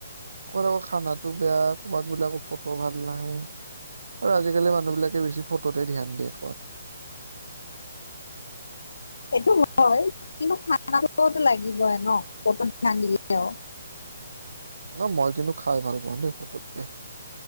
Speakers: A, on the right; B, on the left.
A: কবাত আকৌ খানাটো বেয়া, কবাত বোলে আকৌ ফটো ভাল নাহে আৰু আজিকালি মানুহ বিলাকে বেছি ফটোতে ধ্যান দিয়ে খোৱাত
B: এইটো হয় কিন্তু খানাটো লাগিবই ন, ফটোত ধ্যান দিলেও
A: ন মই কিন্তু খাই ভাল পাওঁ দেই ফটোতকে